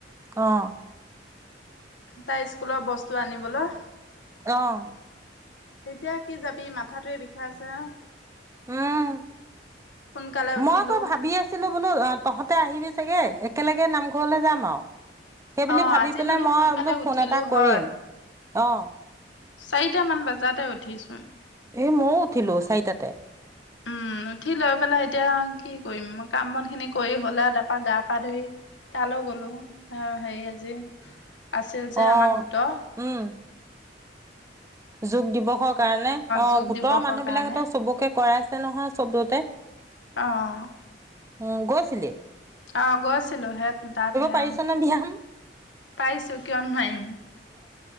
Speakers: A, on the right (about 15°); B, on the left (about 80°).
A: অঁ
B: তাই স্কুলৰ বস্তু তো আনিবলৈ
A: আহ
B: এতিয়া কি যাবি মাথাটোোৱে ভচা
A: উম
B: সোনকালে উঠিলো।
A: মই আকৌ ভাবি আছিলো বোলো আহ তহঁতে আহিবি চাগে একেলগে নামঘৰলৈ যাম আৰু সেইব
B: অ'
A: ভাবি
B: আজি
A: পেলাই
B: মানে
A: মই
B: সোনকালে
A: বোলো ফোন
B: উঠিলো
A: এটা
B: হয়।
A: কৰিম অ
B: চাৰিটা মান বজাতে উঠিছো
A: এ মইও উঠিলো চাৰিটাতে
B: উম উঠি লৈ পেলাই এতিয়া কি কৰিম কাম মন খিনি কৰি হলে তাৰপা গা পা ধুই তালৈ গলো আহ হেৰি আজি আছিল যে
A: অ',
B: আমাৰ গোট
A: উম। যোগ দিৱসৰ কাৰণে অ
B: যোগ
A: গোটৰ
B: দিৱসৰ
A: মানুহ
B: কাৰণে
A: বিিলাক হতক চবকে কৰাইছে আছে নহয় শব্দতে
B: আহ
A: উম গোছিলিলি
B: আহ গৈছিলো হে তাত হে
A: পাৰিছ নে ব্যায়াম
B: পাইছো কিয় নোৱাৰিম